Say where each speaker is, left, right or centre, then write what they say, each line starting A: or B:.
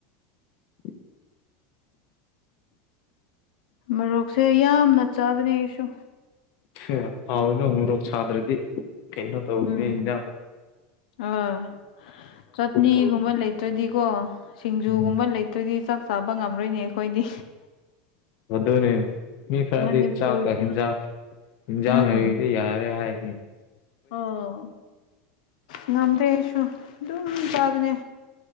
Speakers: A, on the left; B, on the left.
A: ꯎꯝ
B: ꯃꯔꯣꯛꯁꯦ ꯌꯥꯝꯅ ꯆꯥꯕꯅꯦ ꯑꯩꯁꯨ
A: ꯑꯦ ꯍꯥꯎꯏꯅꯣ ꯃꯣꯔꯣꯛ ꯁꯥꯗ꯭ꯔꯗꯤ ꯀꯩꯅꯣ ꯇꯧꯅꯦ
B: ꯎꯝ
A: ꯏꯟꯖꯥꯡ
B: ꯑꯥ ꯆꯠꯅꯤꯒꯨꯝꯕ
A: ꯇꯧꯕꯅꯤ
B: ꯂꯩꯇꯣꯏꯗꯤꯀꯣ ꯁꯤꯡꯖꯨꯒꯨꯝꯕ
A: ꯎꯝ
B: ꯂꯩꯇꯣꯏꯗꯤ ꯆꯥꯛ ꯆꯥꯕ ꯉꯝꯔꯣꯏꯅꯦ ꯑꯩꯈꯣꯏꯗꯤ
A: ꯨꯅꯦ ꯃꯤ ꯐꯔꯗꯤ
B: ꯃꯅꯤꯄꯨꯔꯒꯤ
A: ꯏ ꯆ ꯀ ꯍꯖꯥ ꯏꯖꯥꯎ
B: ꯎꯝ
A: ꯅꯣꯏꯗꯤ ꯌꯥꯔꯦ ꯍꯥꯏ
B: ꯑꯣ ꯉꯝꯗꯦꯁꯨ ꯑꯗꯨꯝ ꯇꯥꯕꯅꯦ